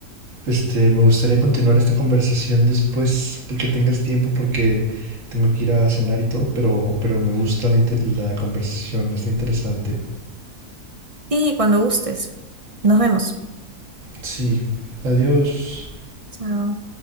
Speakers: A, on the right; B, on the right.
A: Este, me gustaría continuar esta conversación después, que tengas tiempo porque tengo que ir a cenar y todo, pero, pero me gusta la, inte- la conversación, está interesante.
B: Sí, cuando gustes. Nos vemos.
A: Sí, adiós.
B: Chao.